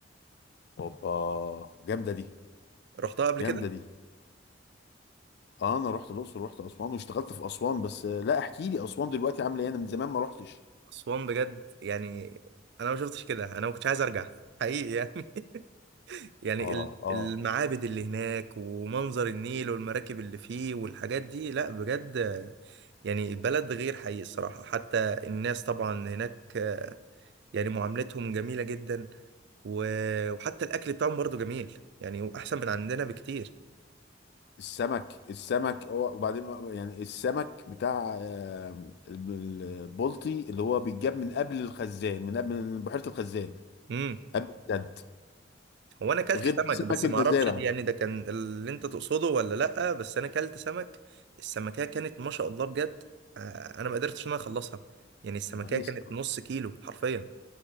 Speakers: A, on the left (about 60°); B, on the right (about 65°).
A: اوبا جامدة دي
B: رحتها قبل
A: جامدة
B: كده
A: دي اه انا رحت الاقصر رحت اسوان واشتغلت في اسوان بس آه، لا احكي لي اسوان دلوقتي عاملة ايه انا من زمان ما رحتش
B: اسوان بجد يعني انا ما شفتش كده انا ما كنتش عايز ارجع حقيقي يعني <laughs> يعني
A: اه
B: ال-
A: اه
B: المعابد اللي هناك ومنظر النيل والمراكب اللي فيه والحاجات دي لا بجد يعني بلد غير حقيقي الصراحة حتى الناس طبعا هناك يعني معاملتهم جميلة جدا و- وحتى الأكل بتاعهم برضه جميل يعني وأحسن من عندنا بكتير
A: السمك السمك هو- وبعدين يعني السمك بتاع آه، البلطي اللي هو بيتجاب من قبل الخزان من قبل من بحيرة الخزان
B: امم
A: قبل السد
B: هو أنا أكلت
A: غير
B: سمك
A: سمك
B: بس
A: المزارع
B: ما أعرفش دي- يعني ده كان اللي أنت تقصده ولا لأ بس أنا أكلت سمك السمكية كانت ما شاء الله بجد آه، أنا ما قدرتش إن أنا أخلصها يعني السمكية
A: ما هي
B: كانت
A: السمك
B: نص كيلو حرفيا